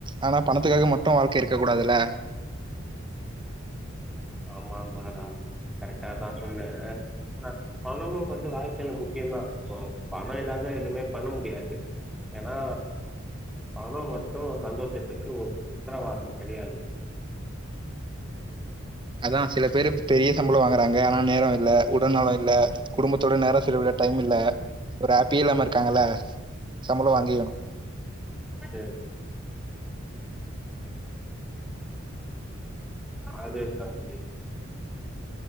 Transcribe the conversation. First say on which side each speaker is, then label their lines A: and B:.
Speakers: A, on the right; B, in the centre.
A: ஆனா பணத்துக்காக மட்டு வாழ்க்க இருக்க கூடாதுல்ல
B: ஆமாமாடா கரெக்டா தா சொன்னே ஆனா பணமு வந்து வாழ்க்கைல முக்கியதா இப்போ பணோ இல்லாத எதுவுமே பண்ண முடியாது ஏன்னா பணோ மட்டு சந்தோஷத்துக்கு உ உத்தரவாதோ கெடையாது
A: அதா சில பேரு பெரிய சம்பளோ வாங்கறாங்க ஆனா நேர இல்ல உடல் நலோ இல்ல குடும்பத்தோட நேர செலவிட டைம் இல்ல ஒரு ஹாப்பியே இல்லாம இருக்காங்கல்ல சம்பளோ வாங்கியு
B: ம் அது தாண்டி